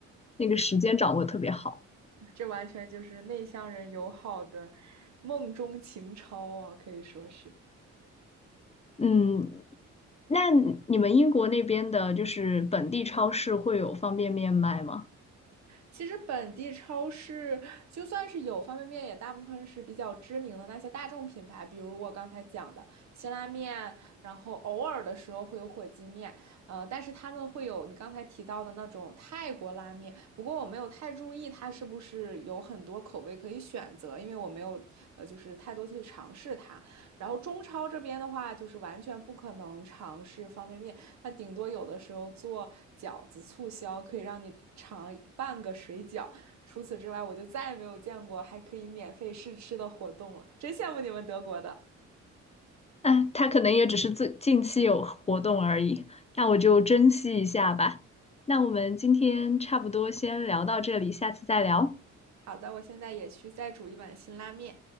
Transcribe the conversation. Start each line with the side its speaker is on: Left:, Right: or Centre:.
Left: 那个时间掌握得特别好。
Right: 这完全就是内向人友好的梦中情超啊，可以说是。
Left: 嗯，那你们英国那边的，就是本地超市会有方便面卖吗？
Right: 其实本地超市就算是有方便面，也大部分是比较知名的那些大众品牌，比如我刚才讲的辛拉面，然后偶尔的时候会有火鸡面，呃，但是他们会有你刚才提到的那种泰国拉面，不过我没有太注意它是不是有很多口味可以选择，因为我没有呃就是太多去尝试它。然后中超这边的话，就是完全不可能尝试方便面，它顶多有的时候做饺子促销，可以让你尝半个水饺。除此之外，我就再也没有见过还可以免费试吃的活动了，真羡慕你们德国的。
Left: 哎，它可能也只是最近期有活动而已，那我就珍惜一下吧。那我们今天差不多先聊到这里，下次再聊。
Right: 好的，我现在也去再煮一碗辛拉面。